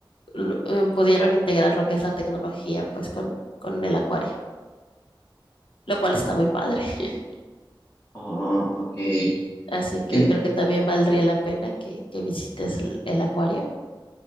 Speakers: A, on the left; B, on the left.
A: Lo- eh, pudieron integrar lo que es la tecnología, pues, con, con el acuario, lo cual está muy padre. <laughs>
B: Ah, ok.
A: Así que
B: En-
A: creo que también valdría la pena que, que visites el, el acuario.